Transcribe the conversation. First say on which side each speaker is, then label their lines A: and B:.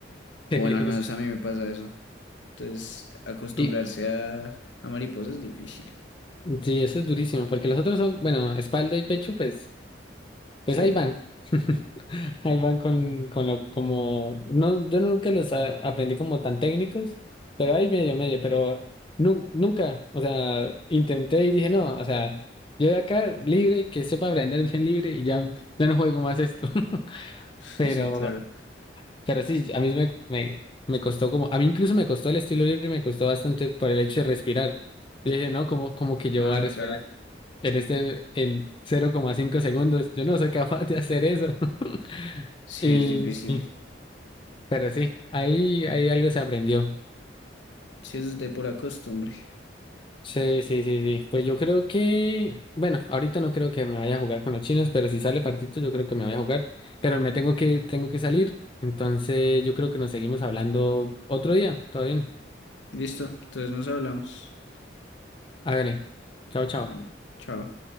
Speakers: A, on the left; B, on the left.
A: <laughs>
B: O bueno, al
A: Es-
B: menos a mí me pasa eso. Entonces, acostumbrarse
A: Y,
B: a, a mariposa es difícil.
A: sí, eso es durísimo, porque los otros son, bueno, espalda y pecho, pues, pues
B: Sí,
A: ahí van. <laughs> Ahí van con, con lo, como, no, yo nunca los a- aprendí como tan técnicos, pero ahí medio, medio, pero nu- nunca, o sea, intenté y dije, no, o sea, yo de acá libre, que sepa aprender bien libre y ya, ya no juego más esto, <laughs>
B: <laughs>
A: pero
B: sí, claro.
A: Pero sí, a mí me, me, me costó como, a mí incluso me costó el estilo libre, me costó bastante por el hecho de respirar. Yo dije, no, como, como que yo
B: Ah,
A: voy a respirar
B: claro.
A: en este, en 0,5 segundos. Yo no soy capaz de hacer eso. <laughs>
B: Sí,
A: Y,
B: es difícil.
A: y- pero sí, ahí, ahí algo se aprendió.
B: Sí, es de pura costumbre.
A: Sí, sí, sí,
B: Y-
A: sí. Pues
B: y-
A: yo creo que, bueno, ahorita no creo que me vaya a jugar con los chinos, pero si sale partito, yo creo que me voy a jugar. Pero me tengo que, tengo que salir. Entonces, yo creo que nos seguimos hablando otro día. ¿Todo bien?
B: Listo, entonces nos hablamos.
A: Hágale. Chao, chao.
B: Vale, chao.